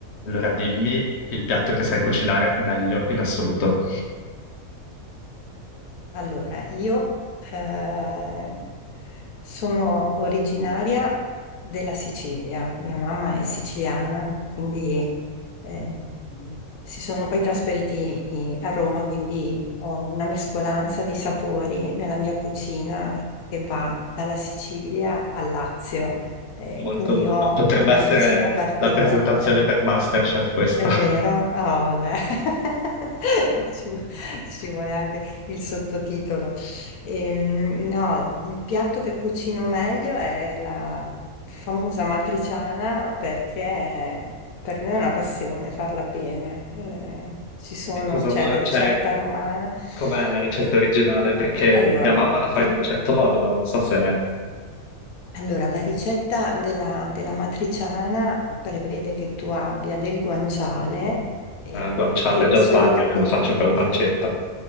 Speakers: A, on the left; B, on the left.
A: Allora dimmi il piatto che sai cucinare meglio in assoluto.
B: Allora, io eh, sono originaria della Sicilia, mia mamma è siciliana, quindi eh, si sono poi trasferiti eh, a Roma, quindi ho una mescolanza di sapori nella mia cucina che va dalla Sicilia al Lazio, eh,
A: Molto,
B: quindi
A: bello.
B: ho
A: potrebbe
B: una
A: essere
B: cucina particolare.
A: la presentazione per MasterChef questa.
B: È
A: <laughs>
B: vero? Oh, no. <laughs> Ci, vu- ci vuole anche il sottotitolo. Ehm, no, il piatto che cucino meglio è la famosa matriciana perché per me è una passione farla bene. Eh, ci sono,
A: E cosa
B: c'è
A: vuoi,
B: la ricetta
A: cioè,
B: romana.
A: com'è la ricetta
B: Ehm,
A: originale? Perché
B: allora,
A: mia mamma
B: di-
A: la fa in un certo modo, ma non so se è
B: allora, la ricetta della, della matriciana prevede che tu abbia del guanciale, eh,
A: a guanciale,
B: che
A: già
B: solitamente,
A: sbaglio, che la faccio con la pancetta.
B: esatto,